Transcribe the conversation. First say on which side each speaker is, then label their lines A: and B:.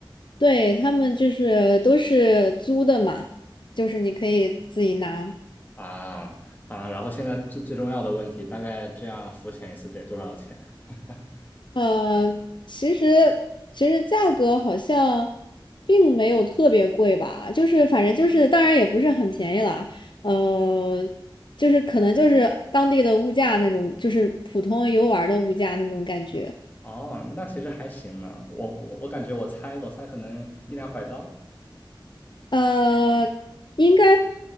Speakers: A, on the left; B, on the left.
A: 对，他们就是都是租的嘛，就是你可以自己拿。
B: 啊啊，然后现在最最重要的问题，大概这样浮潜一次得多少钱？<laughs>
A: 呃，其实其实价格好像并没有特别贵吧，就是反正就是，当然也不是很便宜了，呃，就是可能就是当地的物价那种，就是普通游玩儿的物价那种感觉，
B: 哦，那其实还行呢，我我我感觉我猜我猜可能一两百刀。
A: 呃，应该